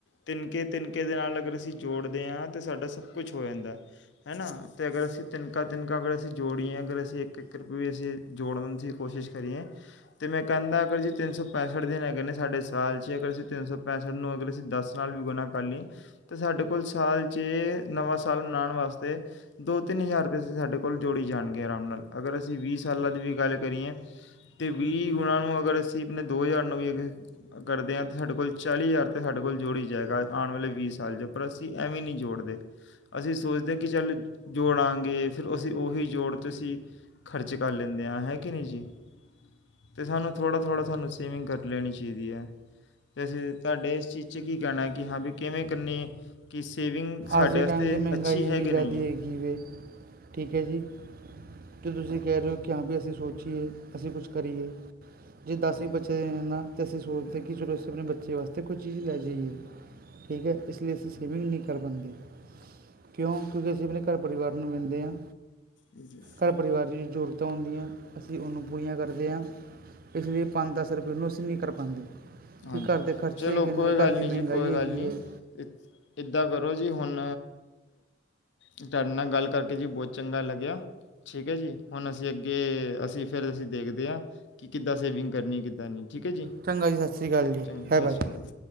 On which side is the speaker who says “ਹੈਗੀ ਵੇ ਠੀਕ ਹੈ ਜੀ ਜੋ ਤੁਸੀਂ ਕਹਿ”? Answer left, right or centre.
Right